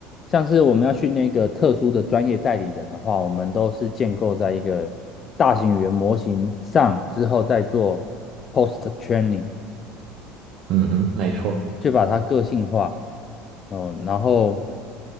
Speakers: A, on the left; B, on the right.
A: 像是我们要训练一个特殊的专业代理人的话，我们都是建构在一个大型语言模型上之后再做 post training，
B: 嗯哼，没错，
A: 去把它个性化，嗯、然后。